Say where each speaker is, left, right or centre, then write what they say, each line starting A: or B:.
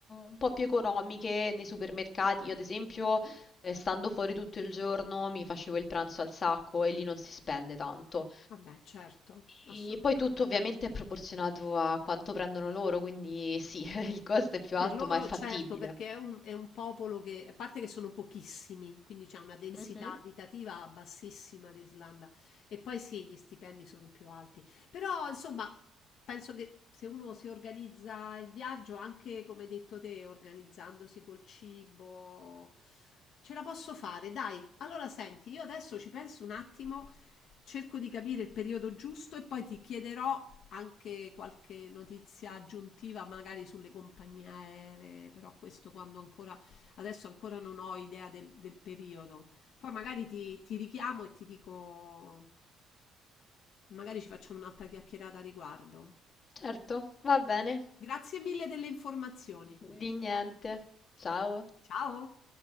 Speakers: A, on the left; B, on the left.
A: un po' più economiche nei supermercati. Io, ad esempio, eh, stando fuori tutto il giorno, mi facevo il pranzo al sacco e lì non si spende tanto.
B: Vabbè, certo, assolutamente.
A: E poi tutto ovviamente è proporzionato a quanto prendono loro, quindi sì, <laughs> il costo è più
B: Per
A: alto,
B: loro,
A: ma è fattibile.
B: certo, perché è un, è un popolo che, a parte che sono pochissimi, quindi c'è una densità
A: Mhm,
B: abitativa bassissima l'Islanda. E poi sì, gli stipendi sono più alti. Però, insomma, penso che se uno si organizza il viaggio, anche come hai detto te, organizzandosi col cibo, ce la posso fare. Dai, allora senti, io adesso ci penso un attimo Cerco di capire il periodo giusto e poi ti chiederò anche qualche notizia aggiuntiva, magari sulle compagnie aeree, però questo quando ancora, adesso ancora non ho idea del, del periodo. Poi magari ti, ti richiamo e ti dico, magari ci facciamo un'altra chiacchierata a riguardo.
A: certo, va bene.
B: Grazie mille delle informazioni.
A: Di niente. Ciao.
B: Ciao!